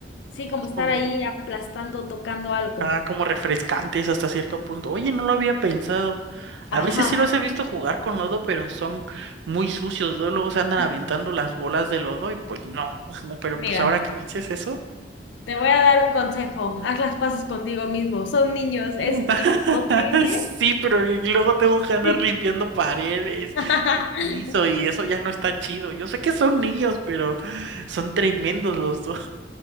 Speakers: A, on the left; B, on the right.
A: Sí, como
B: Es
A: estar
B: Como,
A: ahí aplastando, tocando algo.
B: ah, como refrescantes hasta cierto punto. Oye, no lo había pensado. A
A: Ajá.
B: veces sí los he visto jugar con lodo, pero son muy sucios, ¿no? Luego se andan
A: <laughs>
B: aventando las bolas de lodo y pues no. <laughs> Pero
A: Mira,
B: pues ahora que me dices eso.
A: te voy a dar un consejo. Haz las paces contigo mismo. Son niños,
B: <laughs>
A: es imposible.
B: Sí, pero y luego tengo que andar
A: Sí.
B: limpiando paredes
A: <laughs>
B: y piso y eso ya no está chido. Yo sé que son niños, pero son tremendos los dos.